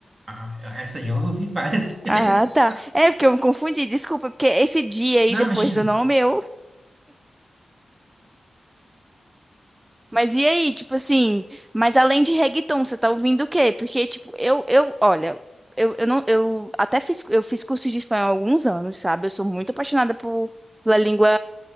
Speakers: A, on the right; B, on the right.
A: aham. Essa aí eu ouvi várias <laughs> vezes.
B: Ah, tá. É porque eu me confundi, desculpa, porque esse dia aí
A: Não,
B: depois
A: imagina.
B: do nome eu Mas e aí, tipo assim, mas além de reggaeton, você tá ouvindo o quê? Porque, tipo, eu, eu, olha, eu, eu não, eu até fiz, eu fiz curso de espanhol há alguns anos, sabe? Eu sou muito apaixonada por, pela língua